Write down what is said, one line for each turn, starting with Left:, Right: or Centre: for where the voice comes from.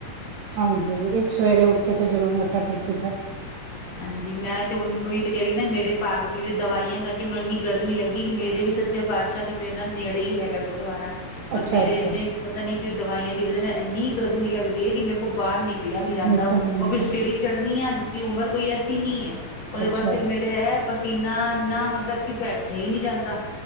Right: ਹਾਂਜੀ ਇੱਕ ਸਵੇਰੇ ਉੱਠ ਕੇ ਤੇ ਜਰੂਰ ਮੱਥਾ ਟੇਕੀ ਦਾ।
Left: ਹਾਂਜੀ ਮੈਂ ਤੇ ਹੁਣ ਉਹੀ ਤੇ ਕਹਿ ਰਹੀ ਨਾ ਮੇਰੇ ਵਾਂਗ ਨੂੰ ਦਵਾਈਆਂ ਕਰਕੇ ਮੈਨੂੰ ਇੰਨੀ। ਗਰਮੀ ਲੱਗਦੀ ਹੈ। ਕਿ ਮੇਰੇ ਵੀ ਸੱਚੇ ਪਾਤਸ਼ਾਹ ਦੀ ਮੇਹਰ ਨਾਲ ਨੇੜੇ ਹੀ ਹੈਗਾ ਗੁਰਦੁਆਰਾ। ਪਰ
Right: ਅੱਛਾ
Left: ਮੇਰੇ
Right: ਅੱਛਾ
Left: ਇੰਨੇ ਪਤਾ ਨੀ ਕਿ ਦਵਾਈਆਂ ਦੀ ਵਜ੍ਹਾ ਨਾਲ ਇੰਨੀ ਗਰਮੀ ਲਗਦੀ ਹੈ। ਕਿ ਮੇਰੇ ਕੋਲ ਬਾਹਰ ਨਿਕਲ। ਨਿਕਲਿਆ ਨਹੀਂ ਜਾਂਦਾ
Right: ਨਿਕਲ ਜਾਣਗੇ
Left: ਉਹ ਫਿਰ ਸਿੜੀ ਚੜ੍ਹਨੀ ਆ ਜਿਸ ਕਿ ਉਮਰ ਕੋਈ ਐਸੀ ਨਹੀਂ ਹੈ। ਉਹਦੇ
Right: ਅੱਛਾ
Left: ਬਾਅਦ ਫੇਰ ਮੇਰੇ ਹੈ ਪਸੀਨਾ ਇੰਨਾ ਮਤਲਬ ਕਿ ਬੈਠਿਆ ਹੀ ਨਹੀਂ ਜਾਂਦਾ ਹੈ।